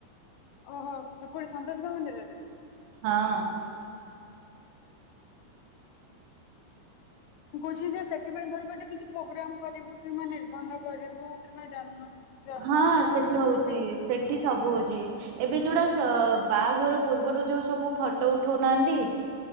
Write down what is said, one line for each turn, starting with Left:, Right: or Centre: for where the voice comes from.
Left: ଓହୋ ସେପଟେ ସନ୍ତୋଷୀ ମା ମନ୍ଦିରରେ?
Right: ହଁ
Left: ମୁଁ କହୁଛି ଯେ ସେଥିପାଇଁ ଧର ଗୋଟେ କିଛି ପ୍ରୋଗ୍ରାମ କରିବୁ କିମ୍ବା ନିର୍ବନ୍ଧ କରିବୁ କିମ୍ବା ଜନ୍ମ ଜନ୍ମଦିନ
Right: ହଁ ସେଠି
Left: କି
Right: ହଉଛି ସେଠି ସବୁ ହୋଉଚି। ଏବେ ଯୋଉଟା ଅ ବାହାଘର ପୂର୍ବରୁ ଯୋଉ ସବୁ ଫଟୋ ଉଠଉନାହାନ୍ତି?